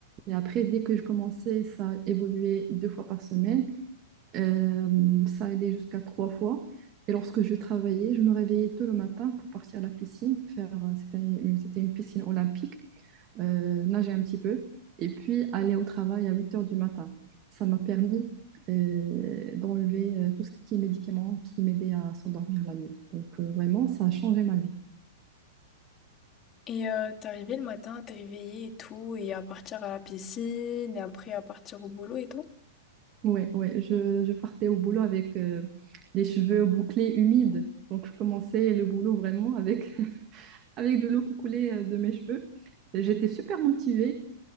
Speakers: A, on the right; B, on the left.
A: Et après, dès que je commençais, ça évoluait deux fois par semaine. Euh, ça allait jusqu'à trois fois. Et lorsque je travaillais, je me réveillais tôt le matin pour partir à la piscine. Faire, euh, c'était une, c'était une piscine olympique euh, nager un petit peu et puis aller au travail à 8 heures du matin. Ça m'a permis euh, d'enlever euh, tout ce qui est médicaments qui m'aidaient à s'endormir la nuit. Donc euh, vraiment, ça a changé ma vie.
B: Et euh, t'arrivais le matin à te réveiller et tout, et à partir à la piscine, et après à partir au boulot et tout?
A: Ouais, ouais, je, je partais au boulot avec euh, des cheveux bouclés humides. Donc je commençais le boulot vraiment avec, <laughs> avec de l'eau qui coulait euh, de mes cheveux. Et J'étais super motivée.